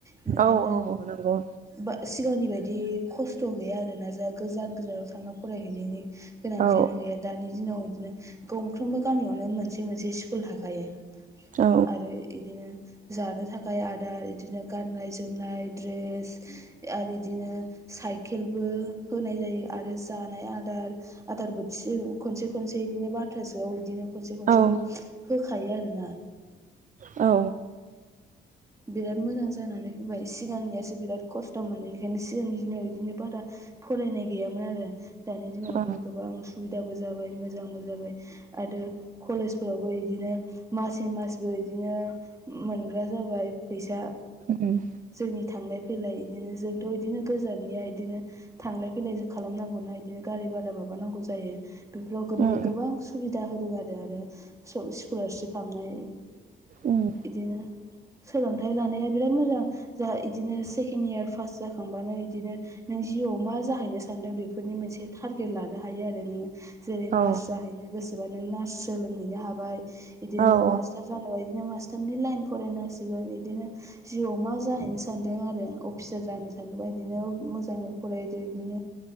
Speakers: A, on the right; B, on the right.
A: बेनिखायनो
B: औ औ नंगौ
A: बा सिगांनि बायदि खस्थ' गैया आरोना जा गोजान गोजानाव थांना फरायहैनायनि गोनांथियानो
B: औ
A: गैया दानि दिनाव बिदिनो गंफ्रोमबो गामियावनो मोनसे मोनसे स्कुल थाखायो
B: औ
A: आरो इदिनो जानो थाखाय आदार इदिनो गाननाय जोमनाय द्रेस आरो इदिनो साइकेलबो होनाय जायो आरो जानाय आदार आदार बोथि फिलिम खनसे खनसे इदिनो बारथासोआव बिदिनो खनसे खनसेखौ
B: औ
A: होखायो आरोना
B: औ
A: बिराद मोजां जानानै फैबाय सिगांनियासो बिराद खस्थ' मोन बेनिखायनो सिगांनि दिनाव बिदिनो बारा फरायनाय गैयामोन आरो दानि दिनावथ'
B: औ
A: गोबां सुबिदाबो जाबाय मोजांबो जाबाय आरो कलेजफोरावबो इदिनो मासै मासबो बिदिनो मोनग्रा जाबाय फैसा
B: उम
A: जोंनि थांनाय फैलाय इदिनो जोंथ' बिदिनो गोजाननिया बिदिनो थांलाय फैलाय खालामनांगौना बिदिनो गारि भारा मा माबानांगौ जायो बेफोराव गोमो
B: उम
A: गोबां सुबिदा होदों आरो आरो स स्कलारशिप हाबनाय
B: उम
A: इदिनो सोलोंथाइ लानाया बिराद मोजां जाहा इदिनो सेकेणड इयार पास जाखांबानो इदिनो नों जि याव मा जाहैनो सानदों बेफोरनि मोनसे टारगेट लानो हायो आरो नोङो जेरै
B: औ
A: नार्स जाहैनो गोसोबा नों नार्स सोलोंहैनो हाबाय बिदिनो
B: औ
A: मास्टार जानोबा नों मास्टारनि लाइन फरायनांसि सिगोन बिदिनो जिउआव मा जाहैनो सानदों आरो अफिसार जानो सानदोंबा बिदिनो मोजाङै फरायदो बिदिनो